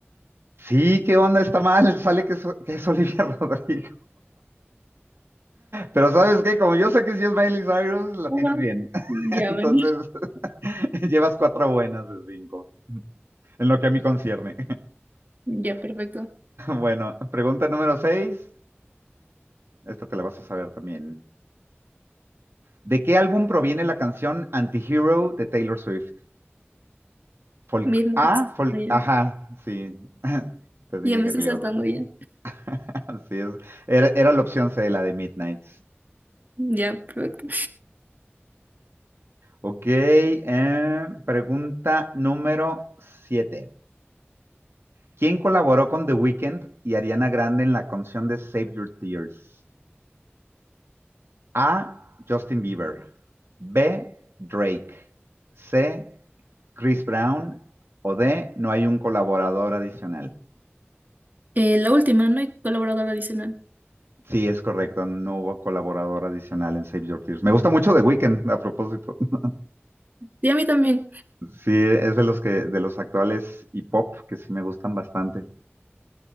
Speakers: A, on the right; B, on the right.
A: Sí, ¿qué onda? Está mal, <laughs> sale que es, que es Olivia <laughs> Rodrigo. Pero ¿sabes qué? Como yo sé que si es Miley Cyrus, la
B: ajá.
A: tienes bien. <laughs>
B: Ya,
A: Entonces,
B: ven,
A: <laughs> llevas cuatro buenas de cinco, en lo que a mí concierne. <laughs>
B: <laughs> ya, perfecto.
A: Bueno, pregunta número seis, esta te la vas a saber también. ¿De qué álbum proviene la canción Antihero de Taylor Swift? Folk
B: Midnight.
A: A, folk,
B: Ya,
A: ajá, sí. <laughs> Te dije
B: ya me
A: que
B: estoy
A: te la
B: saltando
A: ibas a
B: ya.
A: <laughs> Así es. Era, era la opción C, la de Midnight.
B: Ya, perfecto.
A: Ok, eh, pregunta número 7. ¿Quién colaboró con The Weeknd y Ariana Grande en la canción de Save Your Tears? A. Justin Bieber. B. Drake. C. Chris Brown. O D. No hay un colaborador adicional.
B: Eh, la última, no hay colaborador adicional.
A: Sí, es correcto. No hubo colaborador adicional en Save Your Tears. Me gusta mucho The Weeknd, a propósito. <laughs>
B: Y a mí también.
A: Sí, es de los que, de los actuales y pop que sí me gustan bastante.